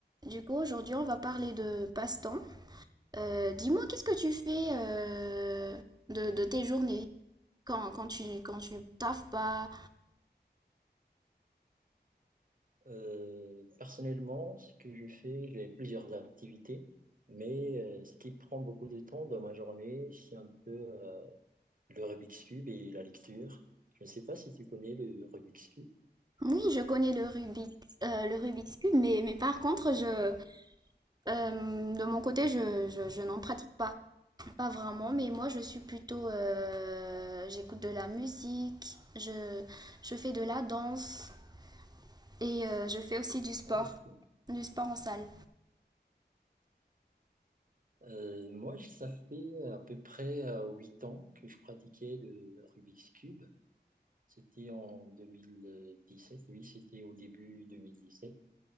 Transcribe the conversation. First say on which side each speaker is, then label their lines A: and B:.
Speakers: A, on the right (about 20°); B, on the right (about 50°).
A: Du coup, aujourd'hui, on va parler de passe-temps. Euh, dis-moi, qu'est-ce que tu fais euh, de, de tes journées quand, quand tu quand tu taffes pas?
B: Euh, personnellement, ce que je fais, j'ai plusieurs activités, mais euh, ce qui prend beaucoup de temps dans ma journée, c'est un peu euh, le Rubik's Cube et la lecture. Je ne sais pas si tu connais le Rubik's Cube.
A: Oui, je connais le Rubik, euh, le Rubik's Cube, mais, mais par contre, je, euh, de mon côté, je, je, je n'en pratique pas. Pas vraiment, mais moi, je suis plutôt... euh, j'écoute de la musique, je, je fais de la danse et euh, je fais aussi du sport,
B: Ah, ok.
A: du sport en salle.
B: Euh, moi, je- ça fait à peu près euh, huit ans que je pratiquais le Rubik's Cube. C'était en deux mille dix sept oui, c'était au début deux mille dix sept